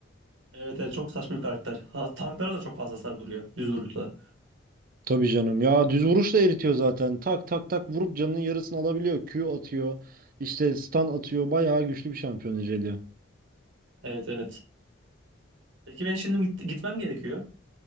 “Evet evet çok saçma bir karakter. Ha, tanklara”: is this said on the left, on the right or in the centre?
Right